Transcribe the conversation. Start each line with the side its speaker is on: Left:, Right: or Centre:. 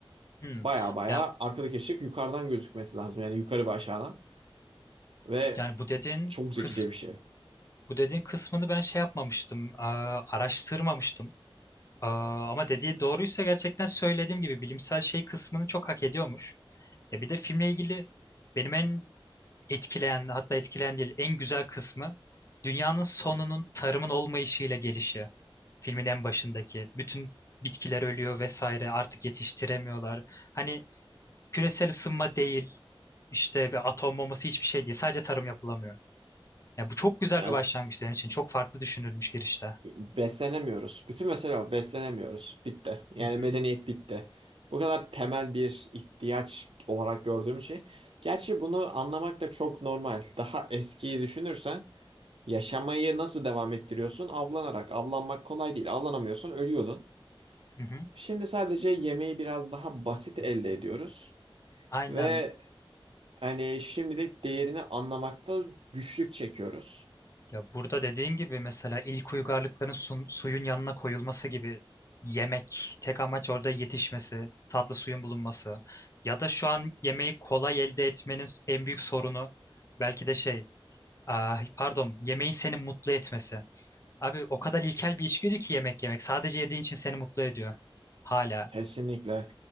Left: Hmm.
Right: Baya baya
Left: Ya
Right: arkadaki ışık yukarıdan gözükmesi lazım. Yani yukarı ve aşağıdan. Ve
Left: yani bu dediğin
Right: çok
Left: kıs
Right: zekice bir şey.
Left: bu dediğin kısmını ben şey yapmamıştım, aa, araştırmamıştım. Aa, ama dediği doğruysa gerçekten söylediğim gibi bilimsel şey kısmını çok hak ediyormuş. Ya bir de filmle ilgili benim en etkileyen hatta etkileyen değil en güzel kısmı dünyanın sonunun tarımın olmayışıyla gelişi. Filmin en başındaki bütün bitkiler ölüyor vesaire artık yetiştiremiyorlar. Hani küresel ısınma değil işte bir atom bombası hiçbir şey değil sadece tarım yapılamıyor. Ya bu çok güzel
Right: Evet.
Left: bir başlangıç benim için çok farklı düşünülmüş girişte.
Right: Beslenemiyoruz. Bütün mesele o. Beslenemiyoruz. Bitti. Yani
Left: Hı hı,
Right: medeniyet bitti. Bu kadar temel bir ihtiyaç olarak gördüğüm şey. Gerçi bunu anlamak da çok normal. Daha eskiyi düşünürsen yaşamayı nasıl devam ettiriyorsun? Avlanarak. Avlanmak kolay değil. Avlanamıyorsun, ölüyordun.
Left: hı hı.
Right: Şimdi sadece yemeği biraz daha basit elde ediyoruz.
Left: Aynen
Right: Ve hani şimdilik değerini anlamakta güçlük çekiyoruz.
Left: Ya burada dediğin gibi mesela ilk uygarlıkların sun- suyun yanına koyulması gibi yemek, tek amaç orada yetişmesi, tatlı suyun bulunması ya da şu an yemeği kolay elde etmenin en büyük sorunu belki de şey, ah, pardon, yemeğin seni mutlu etmesi. Abi o kadar ilkel bir içgüdü ki yemek yemek. Sadece yediğin için seni mutlu ediyor. Hala.
Right: Kesinlikle.